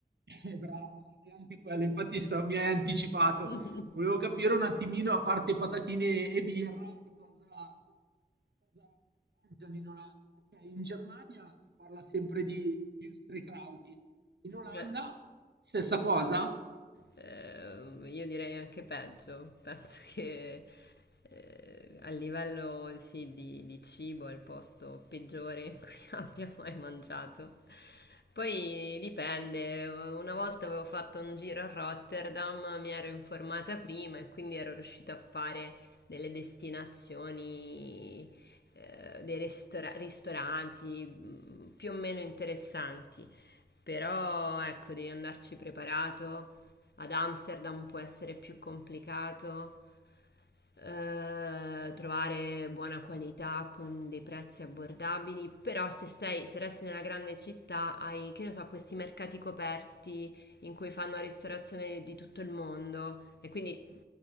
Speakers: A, on the right; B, on the left.
A: eh, brava, e anche quello, infatti sta- mi hai anticipato,
B: <laughs>
A: volevo capire un attimino, a parte patatine e birra, che cosa, che cosa mangiano in Olanda. Ok, in Germania si parla sempre di Würstelkrauti, in Olanda
B: Eh.
A: stessa cosa,
B: Eh, io direi anche peggio, penso che eh, a livello sì, di, di cibo è il posto peggiore in cui <laughs> abbia mai mangiato. Poi dipende, una volta avevo fatto un giro a Rotterdam, mi ero informata prima e quindi ero riuscita a fare delle destinazioni, eh, dei ristora- ristoranti mm, più o meno interessanti. Però ecco, devi andarci preparato. Ad Amsterdam può essere più complicato. eh, trovare buona qualità con dei prezzi abbordabili, però se sei, se resti nella grande città hai, che ne so, questi mercati coperti in cui fanno ristorazione di tutto il mondo e quindi